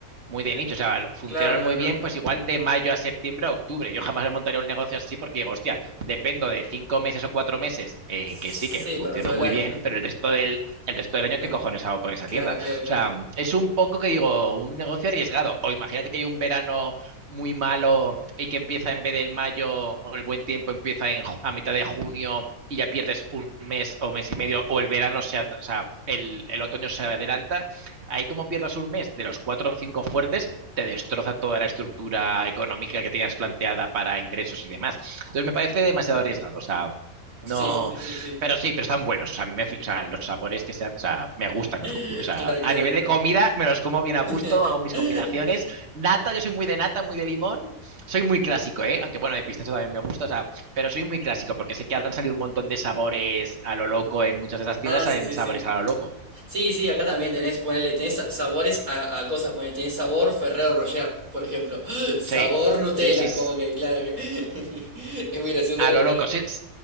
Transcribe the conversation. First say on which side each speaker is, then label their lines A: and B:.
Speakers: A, on the right (about 50°); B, on the right (about 75°).
A: muy de nicho, o sea, funcionan
B: claro, claro,
A: muy
B: claro.
A: bien, pues igual de mayo a septiembre a octubre. Yo jamás me montaría un negocio así porque digo, hostia, dependo de cinco meses o cuatro meses, eh,
B: Sí,
A: que sí, que funcionó
B: para todo el
A: muy
B: año.
A: bien, pero el resto del, el resto del año,
B: Claro,
A: ¿qué cojones hago con esa
B: claro,
A: tienda?
B: claro,
A: O
B: claro.
A: sea, es un poco que digo, un negocio arriesgado. O imagínate que hay un verano muy malo y que empieza en vez del mayo o el buen tiempo, empieza en, ju- a mitad de junio y ya pierdes un mes o mes y medio, o el verano, se, at- o sea, el, el, otoño se adelanta, ahí como pierdas un mes de los cuatro o cinco fuertes, te destroza toda la estructura económica que tenías planteada para ingresos y demás. Entonces me parece demasiado arriesgado, o sea, no,
B: Sí, sí, sí, sí, sí.
A: pero sí, pero están buenos. O sea, a mí me, o sea, los sabores que se, ha- o sea, me gustan
B: <laughs>
A: los cucuruchos. O sea,
B: Claro, claro,
A: a nivel
B: claro.
A: de comida me los como bien a gusto,
B: <laughs>
A: hago mis combinaciones. Nata, yo soy muy de nata, muy de limón. Soy muy clásico, ¿eh? Aunque bueno, de pistacho también me gusta, o sea, pero soy muy clásico porque sé que han salido un montón de sabores a lo loco en muchas de esas tiendas,
B: Ah,
A: salen
B: sí, sí,
A: sabores
B: sí.
A: a lo loco.
B: Sí, sí, acá también tenés, ponele, tenés sa- sabores a, a cosas, ponele, tenés sabor Ferrero Rocher, por ejemplo. <gasps> Sabor
A: Sí,
B: Nutella,
A: sí, sí.
B: como que, claro que. <laughs> Es muy gracioso
A: a
B: porque
A: lo loco.
B: tal.
A: Sí,